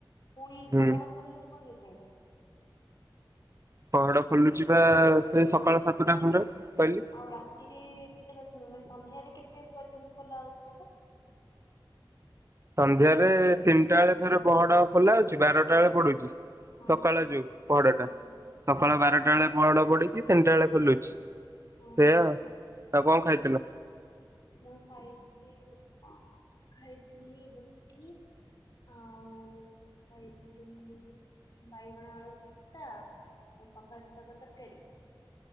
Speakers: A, on the left; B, on the right.
A: ପୁଣି
B: ହୁଁ
A: ପହଡ ଖୋଲିଲେ ଯେ ପୁଣି କେତେବେଳେ,
B: ପହଡ ଖୋଲୁଛି ବା ସେ ସକାଳ ସାତଟା ଖଣ୍ଡେ, କହିଲି।
A: ଆଉ ରାତିରେ କେତେବେଳେ ମାନେ ସନ୍ଧ୍ୟାରେ କେତେ ପର୍ଯ୍ୟନ୍ତ ଖୋଲା ହଉଛି ସେଟା
B: ସନ୍ଧ୍ୟା ରେ ତିନିଟା ବେଳେ ଥରେ ପହଡ ଖୋଲା ହାଉଛି ବାରଟା ବେଳେ ପଡୁଛି
A: ହଁ
B: ସକାଳ
A: ହଁ
B: ଯୋଉ
A: ହୁଁ
B: ପହଡ
A: ହୁଁ
B: ଟା
A: ହୁଁ
B: ସକାଳ ବାରଟା ଟାବେଳେ ପହଡ଼ ପଡ଼ଇ, ତିନିଟା ବେଳେ ଖୁଲୁଛି ସେଇୟାଉ
A: ଓହୋ
B: ଆଉ କଣ ଖାଇ ଖାଇଲ
A: ମୁଁ ଖାଇଥିଲି କଣ ଖାଇଥିଲି ରୁଟି ଆଉ ଖାଇଥିଲି ମୁ ବାଇଗଣ ଆଳୁ ଖଟା ଆଉ କଖାରୁ ଶାଗ ତରକାରୀ,